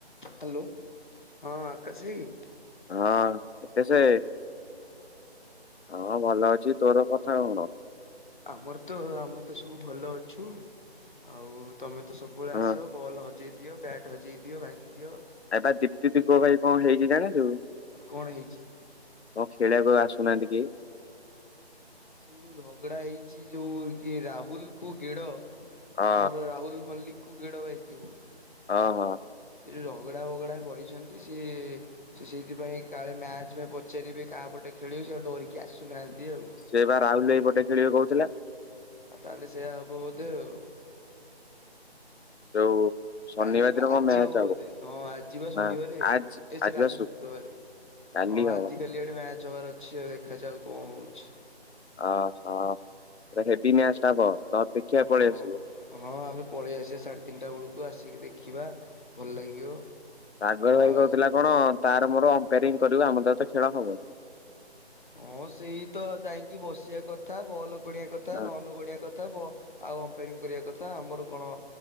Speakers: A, on the left (about 50°); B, on the left (about 80°).
A: Hello ହଁ ଆକାଶ ଆଇ।
B: ହଁ କେତେ ସେ ହଁ ଭଲ ଅଛି ତୋର କଥା କଣ।
A: ଆମର ତ ଆମେ ତ ସବୁ ଭଲ ଅଛୁ ଆଉ ତମେ ତ ସବୁବେଳେ ଆସ
B: ହଁ
A: ବଲ୍ ହଜେଇ ଦିଅ ବ୍ୟାଟ୍ ହଜେଇ ଦିଅ ଭାଙ୍ଗିଦିଅ।
B: ଏଇବା ଦୀପ୍ତି ଦୀପକ ଭାଇ କଣ ହେଇକି ଜାଣିଚୁ।
A: କଣ ହେଇଛି?
B: କଁ ଖେଳିବାକୁ ଆଉ ଆସୁନାହାନ୍ତି କେହି।
A: ସେଇ ଯୋଉ ଝଗଡ଼ା ହେଇଛି ଯୋଉ କିଏ ରାହୁଲ କୁ ଗେଡ଼
B: ହଁ
A: ଆମର ରାହୁଲ ମଲ୍ଲିକ କୁ ଗେଡ଼ ଭାଇ ଯୋଉ
B: ହଁ ହଁ।
A: ସେ ଯେ ଝଗଡ଼ା ବଗଡ଼ା କରିଛନ୍ତି ସିଏ ସେ ସେଇଥିପାଇଁ କାଳେ ମ୍ୟାଚ୍ ରେ ପଚାରିବେ କାହା ପଟେ ଖେଳିବୁ ସେ ଆଉ ଡରିକି ଆସୁନାହାନ୍ତି ଆଉ।
B: ସେ ବା ରାହୁଲ ଏଇ ପଟେ ଖେଳିବେ କହୁଥିଲା।
A: ଆଉ ତାହେଲେ ସେଇଆ ହବ ବୋଧେ ଆଉ।
B: ଯୋଉ ଶନିବାର
A: କାଲି ବା
B: ଦିନ
A: ଆଜି
B: କଣ ମ୍ୟାଚ
A: ହବ ବୋଧେ ହଁ ଆଜି ବା ଶନିବାର
B: ନା ଆଜି
A: ଏସାରି ଆଜି
B: ବା
A: ଶୁକ୍ରବାର।
B: କାଲି
A: ହଁ
B: ହବ
A: ଆଜି କାଲି ଏଡେ ମ୍ୟାଚ ହବାର ଅଛି ଆଉ ଦେଖାଯାଉ କଣ ହଉଛି।
B: ଅ ହ ପୂରା ହେବି ମ୍ୟାଚ୍ ଟା ହବ ତ ଦେଖିବାକୁ
A: ହଁ
B: ପଳେଇ ଆସିବ।
A: ହଁ ଆମେ ପଳେଇ ଆସିବା ସାଢ଼େ ତିନିଟା ବେଳକୁ ଆସିକି ଦେଖିବା। ଭଲ ଲାଗିବ
B: ସାଗର ଭାଇ
A: ଆଉ
B: କହୁଥିଲା କଣ ତାର ମୋର ଅମ୍ପେରିଂ କରିବୁ ଆମର ତ ଏତେ ଖେଳ ହବନି।
A: ହଁ ସେଇ ତ ଯାଇକି ବସିବା କଥା ବଲ ଗଣିଆ କଥା
B: ଆ
A: ରନ ଗଣିଆ କଥା ବ ଆଉ ଅମ୍ପେରିଂ କରିବା କଥା ଆମର କଣ